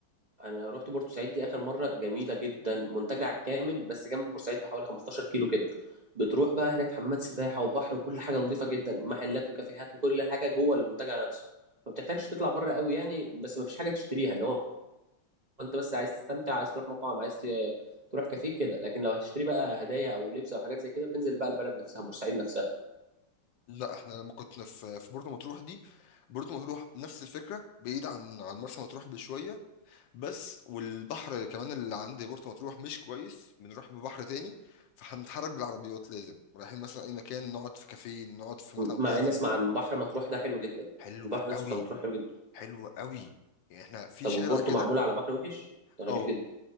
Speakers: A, on the right (about 45°); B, on the left (about 70°).
A: انا رحت بورتو سعيد دي اخر مره جميله جدا منتجع كامل بس جنب بورسعيد بحوالي 15 كيلو كده بتروح بقى هناك حمامات سباحه وبحر وكل حاجه نظيفه جدا محلات وكافيهات وكل حاجه جوه المنتجع نفسه ما بتحتاجش تطلع بره قوي يعني بس ما فيش حاجه تشتريها اللي هو انت بس عايز تستمتع عايز تروح مطعم عايز ت- تروح كافيه كده لكن لو هتشتري بقى هدايا او لبس او حاجات زي كده بتنزل بقى البلد نفسها بورسعيد نفسها
B: لا احنا لما كنا في في بورتو مطروح دي بورتو مطروح نفس الفكره بعيد عن عن مرسى مطروح بشويه بس والبحر كمان اللي عند بورتو مطروح مش كويس بنروح ببحر تاني فهنتحرك بالعربيات لازم رايحين مثلا اي مكان نقعد في كافيه نقعد في مطعم
A: مع
B: لازم
A: اني اسمع
B: نبقى
A: عن بحر مطروح ده حلو جدا
B: حلوه
A: البحر نفسه
B: قوي
A: بتاع مطروح حلو جدا
B: حلوه قوي يعني احنا في
A: طب
B: شارع
A: وبورتو
B: كده
A: معمولة على بحر وحش ده غريب
B: اه
A: جدا